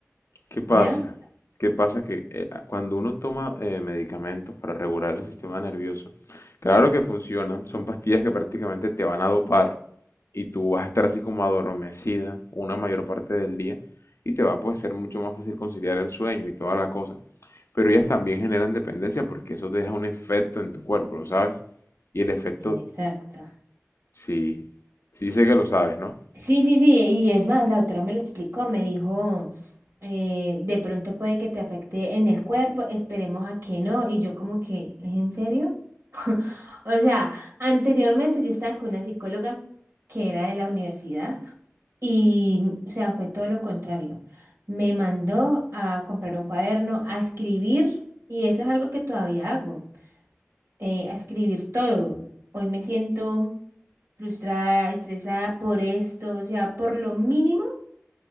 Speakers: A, on the left; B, on the right.
A: ¿Qué pasa?
B: ¿ya?
A: ¿Qué pasa? Que eh, a- cuando uno toma eh, medicamentos para regular el sistema nervioso, claro que funcionan, son pastillas que prácticamente te van a dopar y tú vas a estar así como adormecida una mayor parte del día y te va a pues, ser mucho más fácil conciliar el sueño y toda la cosa. Pero ellas también generan dependencia porque eso te deja un efecto en tu cuerpo, ¿lo sabes? Y el efecto,
B: Exacto.
A: sí, sí sé que lo sabes, ¿no?
B: Sí, sí, sí, y es más, la doctora me lo explicó, me dijo, eh, de pronto puede que te afecte en el cuerpo, esperemos a que no, y yo como que, ¿es en serio? O sea, anteriormente yo estaba con una psicóloga que era de la universidad. Y, o sea, fue todo lo contrario. Me mandó a comprar un cuaderno, a escribir, y eso es algo que todavía hago, eh, a escribir todo. Hoy me siento frustrada, estresada por esto, o sea, por lo mínimo,